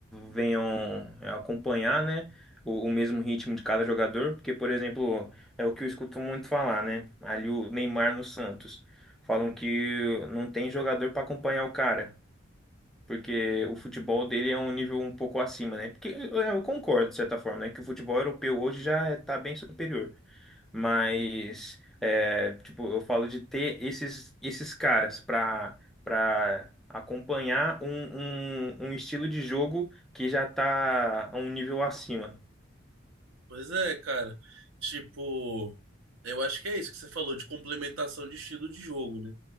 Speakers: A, in the centre; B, on the right.
A: venham é, acompanhar, né? O, o mesmo ritmo de cada jogador. Porque, por exemplo, é o que eu escuto muito falar, né? Ali o Neymar no Santos. Falam que não tem jogador para acompanhar o cara. Porque o futebol dele é um nível um pouco acima, né? Porque eu eu concordo, de certa forma, né? Que o futebol europeu hoje já está bem superior. Mas, é, tipo, eu falo de ter esses, esses caras para para acompanhar um, um, um estilo de jogo que já tá a um nível acima.
B: Pois é, cara. Tipo, eu acho que é isso que você falou de complementação de estilo de jogo, né?